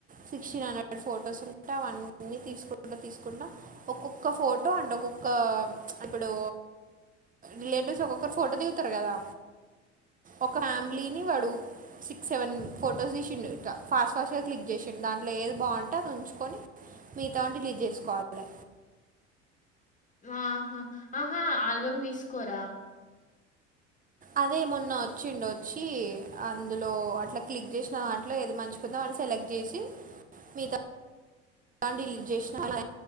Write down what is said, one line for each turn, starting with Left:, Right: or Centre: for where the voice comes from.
Right: సిక్స్టీన్ హండ్రెడ్ ఫొటోస్ ఉంటే అవన్నీ తీసుకుంట తీసుకుంటా ఒక్కొక్క ఫోటో అండ్ ఒక్కొక్క చ్ ఇప్పుడు రిలేటివ్స్ ఒక్కొక్కరు ఫోటో దిగుతారు కదా ఒక ఫ్యామిలీని వడు సిక్స్ సెవెన్ ఫొటోస్ తీసిండు ఇట్ట ఫాస్ట్ ఫాస్ట్గా క్లిక్ చేసిండు దాంట్లో ఏది బాగుంటే అది ఉంచుకొని మిగతావాన్ని డిలీట్ చేసుకోవాలి
Left: ఆహా ఆహా ఆల్బమ్ తీసుకోరా
Right: అదేమన్న వచ్చిండు వచ్చి అందులో అట్లా క్లిక్ చేసిన దాంట్లో ఏది మంచి వదిన వాళ్లు సెలెక్ట్ చేసి మీగత ఇలాంటివి డిలీట్ చేసిన అలా